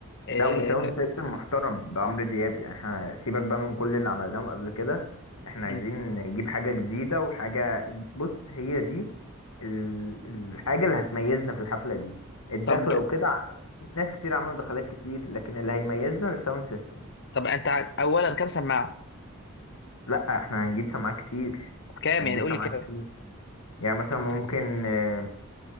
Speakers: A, on the left; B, on the left.
A: آه
B: لا وساوند سيستم محترم ده عمرو دياب يعني احنا سيبك بقى من كل اللي عملناه قبل كده احنا
A: م.
B: عايزين نجيب حاجة جديدة وحاجة بص هي دي ال- الحاجة اللي هتميزنا في الحفلة دي الدخلة
A: طب
B: وكده ع- ناس كتير عملوا دخلات كتير لكن اللي هيميزنا الساوند سيستم
A: طب انت ع- اولا كام سماعه
B: لا احنا هنجيب سماعات كتير
A: كام
B: هنجيب
A: يعني قول
B: سماعات
A: لي كام
B: كتير يعني مثلا ممكن
A: يعني
B: آه،